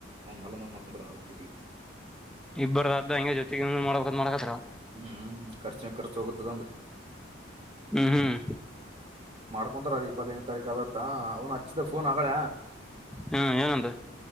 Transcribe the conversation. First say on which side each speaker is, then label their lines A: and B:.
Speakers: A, on the right; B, in the centre.
A: ಅವ್ ಮಲಂದ್ ಮಾಡ್ಕೊಂತ್ರ ಜಿತಿ
B: ಇಬ್ಬರದಾದ್ದ ಹಂಗ ಜೊತೆಗ ಮಾಡ್ಬೇಕ ಮಾಡಕತ್ರ
A: ಹ್ಮ್ ರ್ಚನೆ ರ್ಚ ಹೋಗದದ ಅಂತ
B: ಹ್ಮ್ ಹ್ಮ್
A: ಮಾಡ್ಕೊಂತಾರ ಅದ್ ಇಪ್ಪತ್ತದದು ತಾರೀಕು ಅದತ್ತ ಅವ್ನು ಹಚ್ಚಿದ ಫೋನ್ ಆಗಳ
B: ಹ್ಮ ಯಏರಂತ